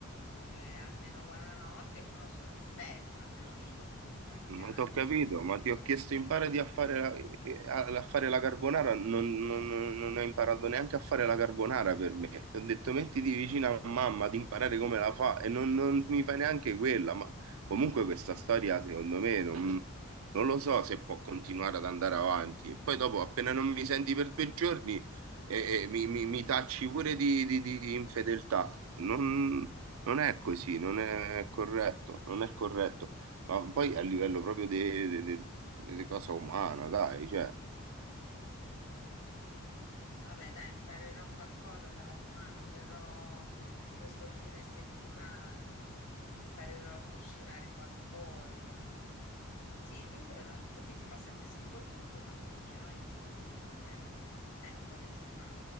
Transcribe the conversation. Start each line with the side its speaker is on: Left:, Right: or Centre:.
Left: cioè almeno buonanotte uno se lo aspetta, almeno io, dopo tanti
Right: Ma
Left: anni.
Right: ti ho capito, ma ti ho chiesto impari a fare la, eh, a fare la carbonara, non, non- non- non ho imparato neanche a fare la carbonara per me. Ti ho detto mettiti vicino a mamma ad imparare come la fa e non, non mi fai neanche quella, ma comunque questa storia secondo me non, non lo so se può continuare ad andare avanti. E poi dopo appena non mi senti per due giorni eh, eh, mi, mi- mi tacci pure di, di- di infedeltà. Non, non è così, non è corretto, non è corretto ma poi a livello proprio di, di- di- di cosa umana, dai, cioè.
Left: Vabbè, dai, imparerò qualcosa dalla tua mamma. Verrò questo fine settimana. Imparerò a cucinare qualcosa. Sì, tanto eh, infatti ti fa sempre schifo tutto quando cucino io, scusami, eh. Eh, come si fa?